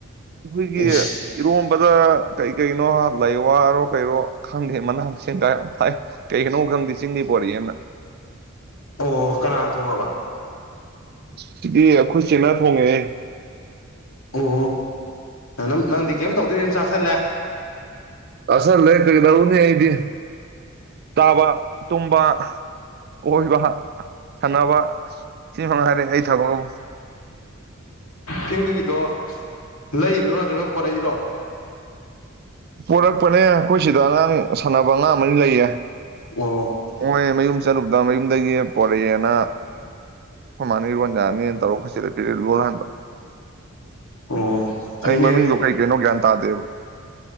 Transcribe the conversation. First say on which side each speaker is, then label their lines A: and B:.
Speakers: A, on the right; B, on the left.
A: ꯑꯩꯈꯣꯏꯒꯤ
B: ꯏꯁ
A: ꯏꯔꯣꯝ ꯗ ꯀꯩ ꯀꯩꯅꯣ ꯂꯩ ꯋꯥꯔꯣ ꯀꯩꯔꯣ ꯈꯪꯗꯦ ꯃꯅꯥ ꯃꯁꯤꯡꯒ ꯌꯥꯝ ꯊꯥꯏ ꯀꯩ ꯀꯩ ꯈꯪꯗꯦ ꯆꯤꯡꯗꯩ ꯄꯣꯔꯛꯑꯦꯅ
B: ꯑꯣ ꯀꯅꯥ ꯊꯣꯡꯉꯕ
A: ꯁꯤꯗꯤ ꯑꯩꯈꯣꯏ ꯆꯦꯅꯥ ꯊꯣꯡꯉꯦꯍꯦ
B: ꯑꯣ ꯅꯅꯝ ꯅꯪꯗꯤ ꯀꯩꯝ ꯇꯧꯗꯣꯢ ꯑꯗꯨꯝ ꯆꯥꯁꯜꯂꯦ
A: ꯆꯥꯁꯜꯂꯦ ꯀꯩꯗꯧꯅꯤ ꯑꯩꯗꯤ ꯆꯥꯕ ꯇꯨꯝꯕ ꯀꯣꯢꯕ ꯁꯥꯟꯅꯕ ꯁꯤ ꯃꯉꯥꯏꯔꯦ ꯑꯩ ꯊꯕꯛ ꯑꯕꯨ
B: ꯆꯤꯡꯗꯒꯤꯗꯣ ꯂꯩꯔꯤꯔꯣ ꯅꯠꯇ꯭ꯔꯒ ꯄꯣꯔꯛꯏꯔꯣ
A: ꯄꯨꯔꯛꯄꯅꯦ ꯑꯩꯈꯣꯏ ꯁꯤꯗ ꯑꯉꯥꯡ ꯁꯥꯟꯅꯕ ꯑꯉꯥꯡ ꯑꯝꯅꯤ ꯂꯩꯌꯦ
B: ꯑꯣ
A: ꯃꯣꯢ ꯃꯌꯨꯝ ꯆꯠꯂꯨꯕꯗ ꯃꯌꯨꯝꯗꯒꯤ ꯄꯣꯔꯛꯑꯦꯅ ꯈꯣꯢ ꯃꯥꯅ ꯏꯔꯣꯟ ꯌꯥꯅꯤꯅ ꯇꯧꯔ ꯈꯣꯢ ꯆꯦꯗ ꯄꯤꯔꯛꯑꯦ ꯂꯣꯜꯍꯟꯕ
B: ꯑꯣ ꯐꯩꯅꯦ
A: ꯑꯩ ꯃꯃꯤꯡꯗꯣ
B: ꯑꯗꯨꯗꯤ
A: ꯀꯩ ꯀꯩꯅꯣ ꯒ꯭ꯌꯥꯟ ꯇꯥꯗꯦꯕ